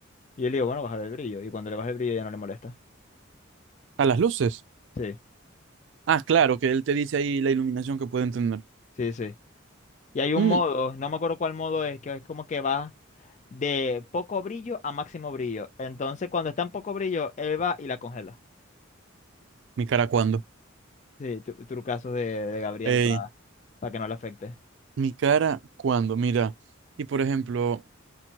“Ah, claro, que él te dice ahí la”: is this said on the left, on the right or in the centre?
Right